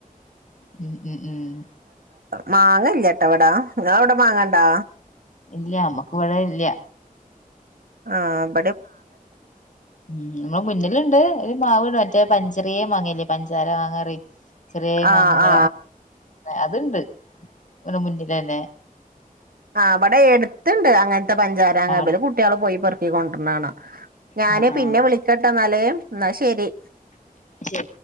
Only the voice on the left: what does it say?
ഉം ഉം ഉം
ഇല്ല നമ്മക്ക് ഇവിടെ ഇല്ല
ഉ നമ്മള് മുന്നിലുണ്ട് ഒരു മാവണ്ട് മറ്റേ പഞ്ച ചെറിയ വാങ്ങിയല്ലേ പഞ്ചാര വാങ്ങാറ ചെറിയ
മാങ്ങാ
അതുണ്ട് ഇങ്ങനെ മുന്നിലന്നെ
ആ
ആ
ശരി